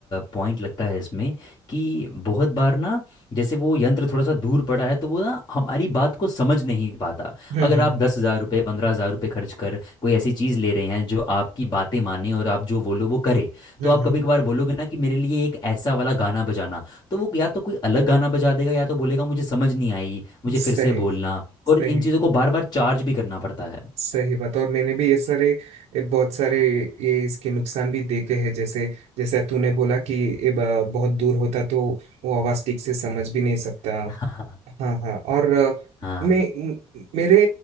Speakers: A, on the left; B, on the right.
A: पॉइंट लगता है इसमें कि बहुत बार ना जैसे वो यंत्र थोड़ा सा दूर पड़ा है तो वो ना हमारी बात को समझ नहीं पाता
B: हम्म
A: अगर
B: हम्म
A: आप दस हज़ार रुपये पंद्रह हज़ार रुपये खर्च कर कोई ऐसी चीज़ ले रहे हैं जो आपकी बातें माने और आप जो बोलो वो करे
B: हम्म
A: तो आप
B: हम्म,
A: कभी कभार बोलोगे ना कि मेरे लिए एक ऐसा वाला गाना बजाना तो वो या तो कोई अलग गाना बजा देगा या तो बोलेगा मुझे समझ नहीं आई मुझे फिर
B: सही
A: से बोलना और
B: सही
A: इन चीज़ों को बार बार चार्ज भी करना पड़ता है <laughs>
B: सही बात और मैंने भी ये सारे ये बहुत सारे ये इसके नुकसान भी देखे हैं जैसे जैसे तूने बोला कि ये ब- बहुत दूर होता तो वो आवाज ठीक से समझ भी नहीं सकता
A: हाँ
B: हाँ हाँ और अ,
A: हाँ
B: मैं म- मेरे